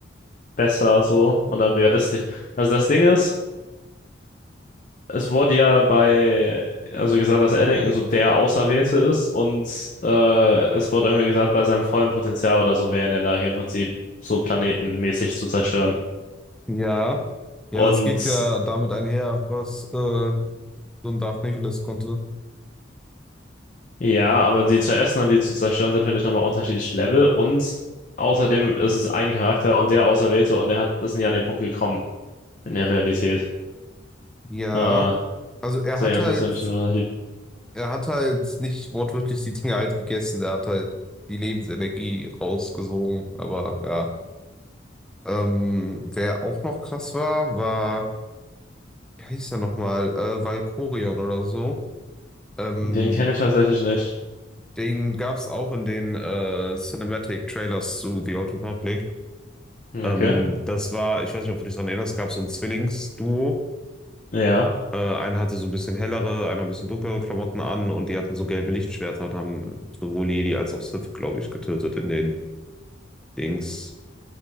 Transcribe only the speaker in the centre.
Ja, ja,
das geht ja damit einher, was äh, so ein Darth Nihilus konnte.
Ja,
also er
hat
halt,
er hat halt nicht wortwörtlich die Dinge halt gegessen, er hat halt die Lebensenergie rausgesogen, aber ja. Ähm, wer auch noch krass war, war, wie heißt er nochmal, äh, Valkorion oder so. Ähm,
Den gab es auch in den äh, Cinematic Trailers zu The Old Republic.
Ähm,
das war, ich weiß nicht, ob du dich daran erinnerst, gab so ein Zwillingsduo.
Äh, einer hatte so ein bisschen hellere, einer ein bisschen dunklere Klamotten an und die hatten so gelbe Lichtschwerter und haben sowohl Jedi als auch Sith, glaube ich, getötet in den Dings,